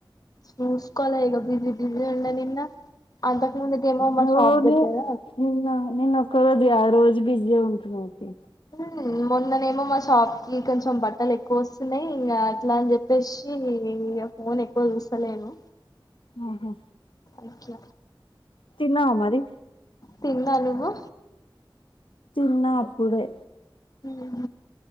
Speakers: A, on the left; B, on the left.
A: చూస్కోల ఈగ బిజి బిజి ఉండే నిన్న అంతకు ముందుకేమో మా
B: నువ్వు
A: షాప్
B: నీ
A: దగ్గర
B: నిన్న నిన్నొక్కరోజు కాద్ రోజు బిజి ఉంటున్నావ్ తి
A: హే మొన్ననేమో మా షాప్ కి కొంచెం బట్టలు ఎక్కువ వస్తున్నాయి ఇంకా అట్లా అని చెప్పేసి నేన్ ఇగ ఫోన్ ఎక్కువ చూస్తలేను
B: ఉహు
A: ఐక్య
B: తన్నావా మరి
A: తిన్న నువ్వు
B: తిన్నా అప్పుడే
A: ఉహు